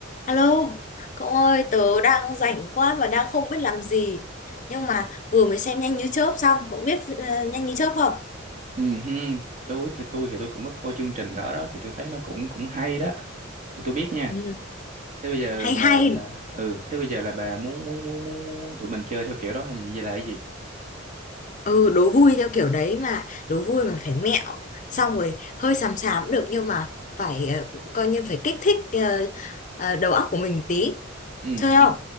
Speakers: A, on the left; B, on the right.
A: Alo, cậu ơi, tớ đang rảnh quá mà đang không biết làm gì. Nhưng mà vừa mới xem Nhanh như chớp xong, cậu biết ờ, Nhanh như chớp không?
B: Ừ, hưng, tôi thì tôi thì tôi cũng có coi chương trình đó đó thì tôi thấy nó cũng cũng hay đó thì tôi biết nha
A: Ừ,
B: thế bây giờ
A: hay
B: bà
A: hay,
B: ừ thế bây giờ là bà muốn muốn muốn muốn, muốn tụi mình chơi theo kiểu đó hay là gì là cái gì
A: ừ, đố vui theo kiểu đấy mà, đố vui mà phải mẹo. Xong rồi hơi xàm xàm cũng được nhưng mà phải ờ, coi như phải kích thích ờ, ờ, đầu óc của mình tí.
B: ừ,
A: Chơi không?
B: ừ.